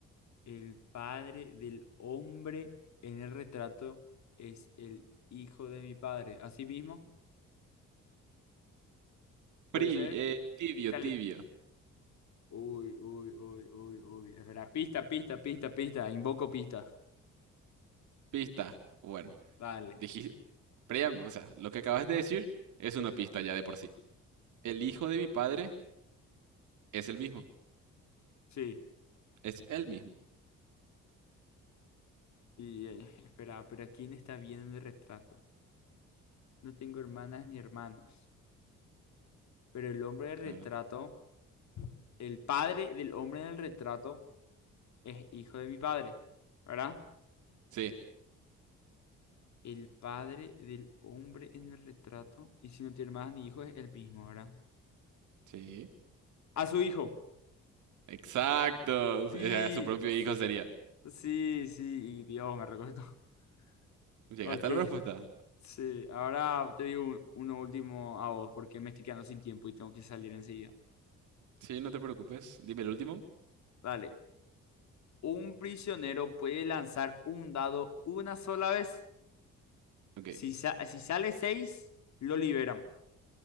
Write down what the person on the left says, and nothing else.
El padre del hombre en el retrato es el hijo de mi padre. Así mismo, puede
ser.
Eh,
cali-
Uy, uy, uy, uy, uy. Espera, pista, pista, pista, pista. Invoco pista.
vale
Sí.
Y eh, espera, pero ¿a quién está viendo en el retrato? No tengo hermanas ni hermanos. Pero el hombre del retrato,
el padre del hombre del retrato es hijo de mi padre, ¿verdad?
El padre del hombre en el retrato, y si no tiene hermanas ni hijos, es el mismo, ¿verdad?
A su hijo.
Sí,
s-
sí, sí, y Dios, me recuerdo. <laughs>
Ok,
sí. Ahora te digo un- uno último a vos, porque me estoy quedando sin tiempo y tengo que salir enseguida.
Dale. un prisionero puede lanzar un dado una sola vez.
Si, sa- si sale 6 lo liberan.